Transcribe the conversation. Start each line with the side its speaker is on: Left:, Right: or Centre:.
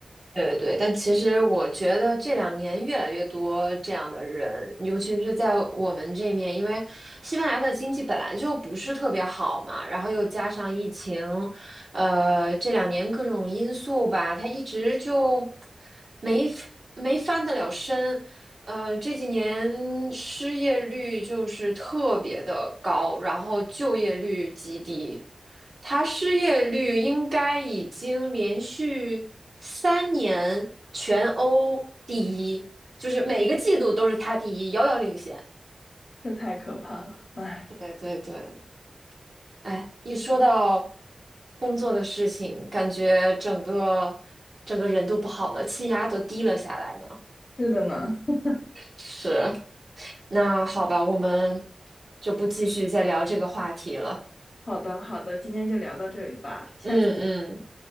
Right: 对对，但其实我觉得这两年越来越多这样的人，尤其是在我们这面，因为西班牙的经济本来就不是特别好嘛，然后又加上疫情，呃，这两年各种因素吧，它一直就没没翻得了身，呃，这几年失业率就是特别的高，然后就业率极低。他失业率应该已经连续三年全欧第一，就是每一个季度都是他第一，遥遥领先。
Left: 这太可怕了。哎，
Right: 对对对，哎，一说到工作的事情，感觉整个整个人都不好了，气压都低了下来呢。
Left: 是的呢。<laughs>
Right: 是，那好吧，我们就不继续再聊这个话题了。
Left: 好的好的，今天就聊到这里吧，下次再，
Right: 嗯嗯，